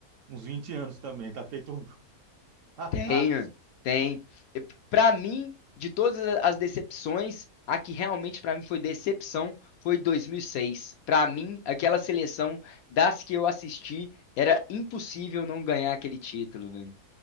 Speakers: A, on the right (about 60°); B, on the left (about 70°).
A: uns 20 anos também, está feito um <laughs> carrasco.
B: Tem, tem. E Pra mim, de todas as decepções, a que realmente pra mim foi decepção foi 2006. Pra mim, aquela seleção das que eu assisti, era impossível não ganhar aquele título, velho.